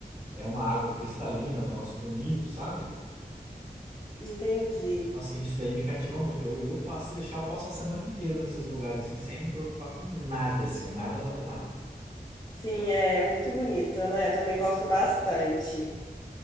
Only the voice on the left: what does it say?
entendi.
Sim,
é muito bonito, né? Eu também gosto bastante.